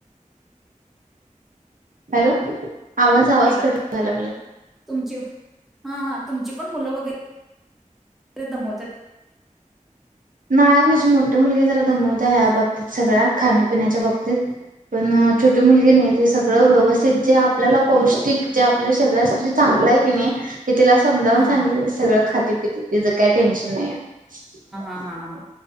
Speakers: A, on the right; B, in the centre.
A: हॅलो. आवाज आवाज
B: हॅलो
A: कट व्हायला लागलाय.
B: तुमची हा हा तुमची पण मुलं वगैरे लई दमवत्यात
A: नाही माझी मोठी मुलगी जरा दमवत्या ह्या बाबतीत सगळ्या खाण्यापिण्याच्या बाबतीत पण छोटी मुलगी नाही ती सगळं व्यवस्थित जे आपल्याला पौष्टिक जे आपल्या शरीरासाठी चांगलं आहे की नाही हे तिला समजावून
B: हा
A: सांगितलं की ती सगळं खाती पीती तिचं काही टेन्शन नाही आहे
B: ह हा